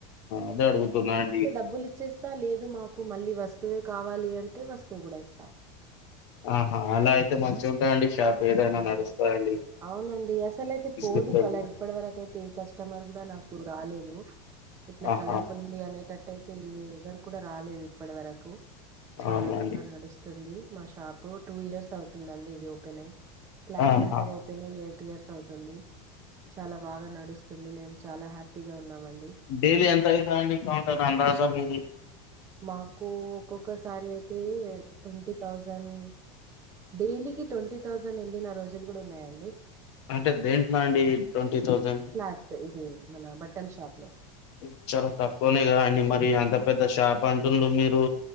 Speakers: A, on the left; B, on the right.
A: అదే అడుగుతున్న అండి
B: డబ్బులిచ్చేస్ త్త లేదు మాకు మళ్ళీ వస్తువే కావాలి అంటే వస్తువు గూడ ఇస్తా
A: ఆహా అలా అయితే మంచిగుంటయండి షాప్ ఏదైనా
B: హ్మ్.
A: నడుస్తదండ్
B: అవునండి అసలయితే పోదు
A: రిప్లేస్మెంట్
B: కలర్ ఇప్పటి వరకయితే ఏ కస్టమర్ కూడా నాకు రాలేదు ఇట్లా
A: ఆహా
B: కలర్ పొయిన్ ది అనేటట్టయితే ఏ ఎవరు కూడ రాలేదు ఇప్పటి వరకు, చాలా
A: అవునా
B: బాగా
A: అండి
B: నడుస్తున్ తుంది మా షాప్ టూ ఇయర్స్ అవుతుందండి ఇది ఓపెన్ అయి క్లాత్స్
A: ఆహా
B: సెంటర్ ఓపెన్ అయి ఎయిట్ ఇయర్స్ అవుతుంది చాలా బాగా నడుస్తుంది మేము చాలా హ్యాపీగా ఉన్నామండి
A: డైలీ ఎంత అయితదండి కౌంటర్ అందాజా మీది
B: మాకు ఒక్కొక్కసారి అయితే ట్వంటీ థౌజండ్ డైలీకిి ట్వంటీ థౌజండ్ ఎళ్ళిన రోజులు గూడ ఉన్నయండి
A: అంటే దేంట్ల అండి ట్వంటీ థౌజండ్
B: క్లాత్ ఇది మన బట్టల్ షాప్ లో
A: ఇద్ చాలా తక్కువనే కదాండి మరి అంత పెద్ద షాప్ అంటుళ్ళు మీరు